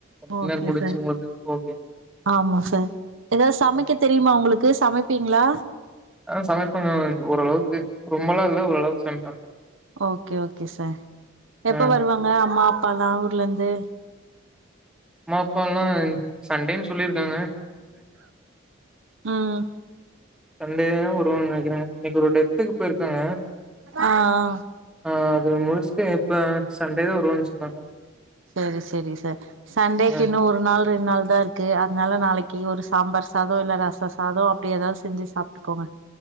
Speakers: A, in the centre; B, on the right (about 70°).
A: டின்னர்
B: ஓகே
A: முடிஞ்ச்சு
B: சார்
A: உங்களுக்கு. ஓகே.
B: ஆமா சார் ஏதாவது சமைக்க
A: அ
B: தெரியுமா உங்களுக்கு சமைக் பீங்ளா
A: ஆ சமைப்பங்க அ ஓரளவுக்கு ரொம்பலா இல்ல ஓரளவுக் சமைப்பே
B: ஓகே ஓகே சார் எப்ப
A: அ
B: வருவாங்க அம்மா அப்பாலா ஊர்ல இருந்து ந்து
A: மாப்பால்லாய்ங் சண்டேனு சொல்லிருக்காங்க
B: ம்
A: சண்டே தா வருவாங்கனு நெனக்குறே இன்னைக்கொரு டெத்துக் போயிருக்காங்க
B: ஆ ஆ
A: ஆ அது முடிஸ்ட்டு எப்ப சண்டே தா வருவன் சொன்னாங்க
B: சரி செரி சார் சண்டேகின்னு
A: அ
B: ஒரு நாள் ரெண்டு நாள் இதுதா இருக்கு அதனால நாளைக்கு ஒரு சாம்பார் சாதோ இல்ல ரச சாதோ அப்டி ஏதாவது செஞ்சு சாப்ட்டுக்கோங்க